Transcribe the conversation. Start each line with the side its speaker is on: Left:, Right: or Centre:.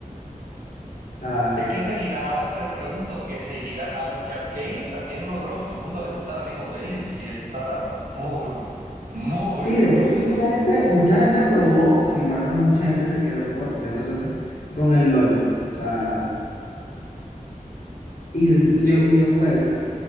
Left: O sea,
Right: ¿Qué, qué seguirá? Ahora pre- pregunto, ¿qué seguirá? Ah, porque Arcane también logró que el mundo le gustara League of Legends, y eso estaba muy, muy
Left: Sí,
Right: retorcido.
Left: de hecho mucha gente, mucha gente probó, sin embargo no mucha gente se quedó por obvias razones con el LOL. O sea, y, y
Right: Sí,
Left: los videojuegos.